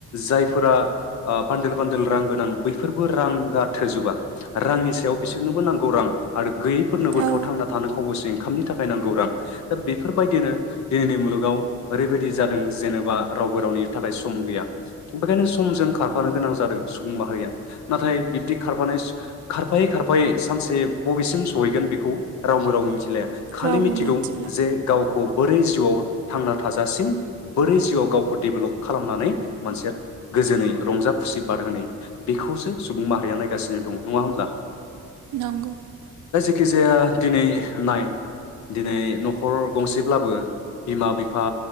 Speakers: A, on the left; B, on the right.
A: जायफोरा ओ बान्दोल बान्दोल रां गोनां बैफोरबो राङा थोजोबा रांनि सायाव बिसोरनोबो नांगौ रां आरो गैयैफोरनोबोथ
B: औ
A: थांना थानो खबसे ओंखामनि थाखाय नांगौ रां दा बेफोरबायदिनो दिनैनि मुलुगाव ओरैबायदि जादों जेनेबा रावबो रावनिबो थाखाय सम गैया बेखायनो समजों खारफानो गोनां जादों सुबुं माहारिया नाथाय बिब्दि खारफानाय खारफायै खारफायै सानसे बबेसिम सहैगोन बेखौ रावबो राव मिथिलाया खालि
B: रावबो
A: मिथिगौ
B: मिथिला
A: जे गावखौ बोरै जिउआव थांना थाजासिम बोरै जिउआव गावखौ डेभेलप खालामनानै मोनसिया गोजोनै रंजा खुसि बारहोनाय बेखौसो सुबुं माहारिया नायगासिनो दङ नङा होमब्ला
B: नंगौ
A: खि जाया दिनै नाय दिनै न'खर गंसेब्लाबो बिमा बिफा